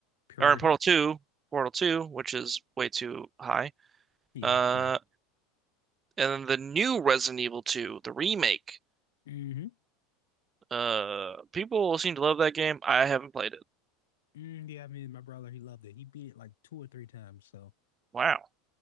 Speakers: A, on the left; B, on the right.
A: Pyramidal.
B: or in Portal 2, Portal 2, which is way too high.
A: Yeah,
B: Uh,
A: yeah.
B: and then the new Resident Evil 2, the remake.
A: hmm
B: Uh, people seem to love that game. I haven't played it.
A: Mm, yeah, I mean, my brother, he loved it. He beat it like two or three times. So.
B: Wow.